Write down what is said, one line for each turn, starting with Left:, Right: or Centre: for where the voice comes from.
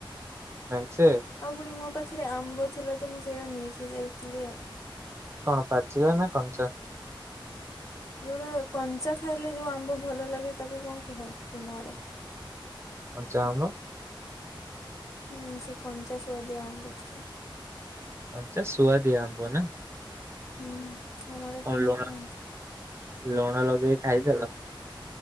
Right: ମେଞ୍ଚେ
Left: ଆଉ ପୁଣି ମୋ ପାଖରେ ଆମ୍ବ ଥିଲା ତ ମୁଁ ସେଇଟା ନେଇକି ଯାଇଥିଲି ଆଉ।
Right: କଣ ପାଚିବା ନା କଞ୍ଚା।
Left: ଯୋଉଟା କଞ୍ଚା ଖାଇଲେ ଯୋଉ ଆମ୍ବ ଭଲ ଲାଗେ ତାକୁ କଣ କୁହନ୍ତ ତୁମ ଆଡେ।
Right: କଞ୍ଚା ଆମ୍ବ।
Left: ହୁଁ ସେ କଞ୍ଚା ସୁଆଦିଆ ଆମ୍ବ ଥିଲା।
Right: କଞ୍ଚା ସୁଆଦିଆ ଆମ୍ବ ନା।
Left: ହୁଁ ଆମଆଡେ
Right: କଣ
Left: ସେମିତି
Right: ଲୁଣ
Left: ଖାନ୍ତି।
Right: ଲୁଣ ଲଗେଇକି ଖାଇଦେଲ।